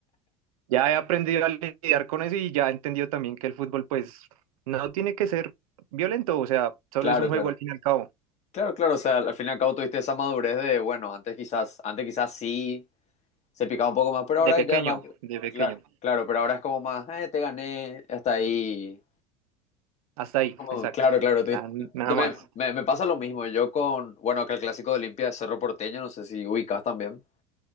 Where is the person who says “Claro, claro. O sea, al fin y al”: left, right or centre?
Left